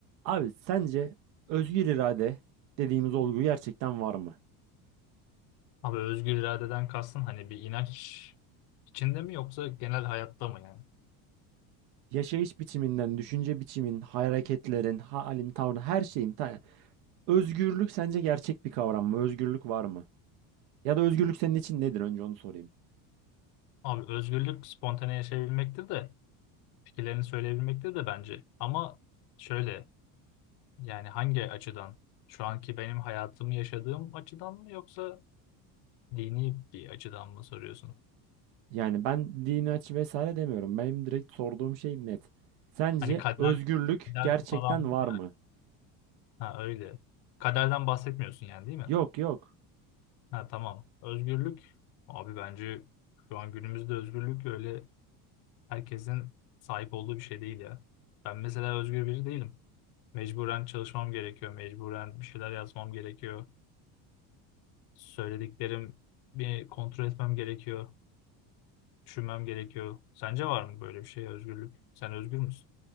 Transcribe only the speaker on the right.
Abi sence özgür irade dediğimiz olgu gerçekten var mı?
Yaşayış biçiminden, düşünce biçimin, hareketlerin, halin, tavrın, her şeyin. ta- özgürlük sence gerçek bir kavram mı? Özgürlük var mı? Ya da özgürlük senin için nedir? Önce onu sorayım.
Yani ben dini aç vesaire demiyorum. Benim direkt sorduğum şey net. Sence
özgürlük
gerçekten
var
mı?
Yok yok.